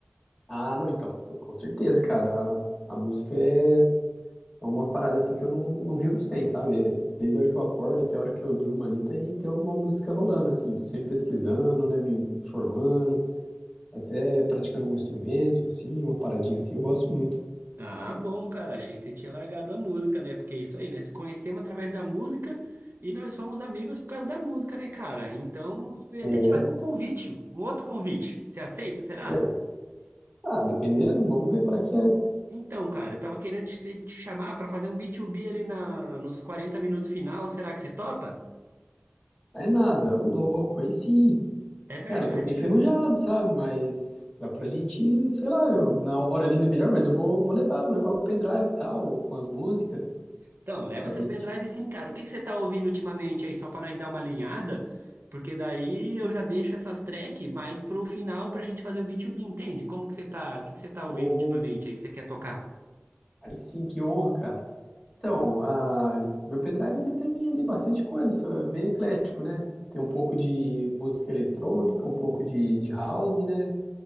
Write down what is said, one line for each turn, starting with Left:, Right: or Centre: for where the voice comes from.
Left: Ah, não, então, com certeza, cara. A, a música é. É uma parada assim que eu não, não vivo sem, sabe? É, Desde a hora que eu acordo até a hora que eu durmo ali, tem, tem alguma música rolando, assim. Eu tô sempre pesquisando, né? Me informando, até praticando algum instrumento, assim, uma paradinha assim, eu gosto muito.
Right: Ah, bom, cara. Achei que você tinha largado a música, né? Porque é isso aí, nós se conhecemos através da música e nós somos amigos por causa da música, né, cara? Então, eu ia
Left: É,
Right: até te fazer um convite, um outro convite. Você aceita, será?
Left: é. Ah, dependendo, vamos ver qual é que é.
Right: Então, cara, eu tava querendo te, te chamar pra fazer um B2B ali na, nos 40 minutos final. Será que você topa?
Left: Aí nada, ô louco, aí sim.
Right: É verdade,
Left: Cara, eu tô bem enferrujado,
Right: cara.
Left: sabe? Mas dá pra gente, sei lá, eu, na hora livre é melhor, mas eu vou, vou levar, vou levar o pendrive e tal, com as músicas.
Right: Então, leva
Left: Daí
Right: seu pendrive
Left: a gente.
Right: sim, cara. O que que você tá ouvindo ultimamente aí, só pra nós dar uma alinhada? Porque daí eu já deixo essas tracks mais pro final pra gente fazer o B2B, entende? Como que você tá, o que que você tá
Left: Ô,
Right: ouvindo ultimamente aí que você quer tocar?
Left: aí sim, que honra, cara. Então, ah, meu pendrive ele tem ali bastante coisa, só é bem eclético, né? Tem um pouco de música eletrônica, um pouco de, de house, né?